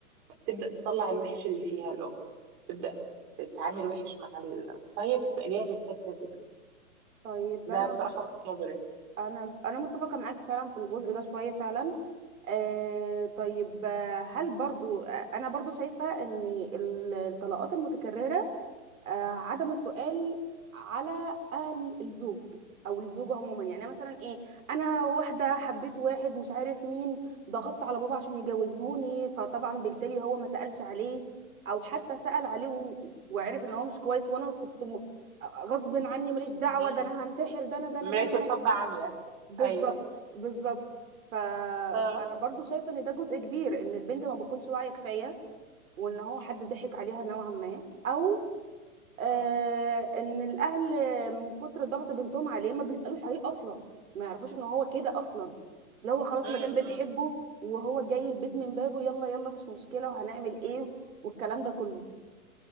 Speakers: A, on the right; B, on the right.
A: بتبدأ تطلع الوحش اللي فيها الأم تبدأ تتعامل وحش مع ال... فهي بتبقى جاية من الحتة دي
B: طيب
A: ده
B: أنا
A: بصراحة وجهة نظري
B: أنا أنا متفقة معاك فعلا في الجزء ده شوية فعلا آه طيب آه، هل برضو آه، أنا برضو شايفة إن ال- الطلاقات المتكررة آه، عدم السؤال على اهل الزوج او الزوج عموما يعني مثلا ايه انا واحده حبيت واحد مش عارف مين ضغطت على بابا عشان يجوزهوني فطبعا بالتالي هو ما سالش عليه او حتى سال عليه و- وعرف ان
A: آه.
B: هو مش كويس وانا كنت م... غصب عني ماليش دعوه
A: مم.
B: ده انا هنتحر ده انا ده انا
A: مراية
B: ده انا ده
A: الحب
B: انا
A: عمياء
B: بالظبط
A: أيوه
B: بالظبط ف...
A: اه
B: فانا برضو شايفه ان ده جزء كبير ان البنت ما بتكونش واعيه كفايه وان هو حد ضحك عليها نوعا ما او آه
A: اه
B: ان الاهل من كتر ضغط بنتهم عليه ما بيسالوش عليه اصلا ما يعرفوش ان هو كده اصلا اللي هو خلاص
A: امم
B: ما دام بتحبه وهو جاي البيت من بابه يلا يلا مش مشكله وهنعمل ايه والكلام ده كله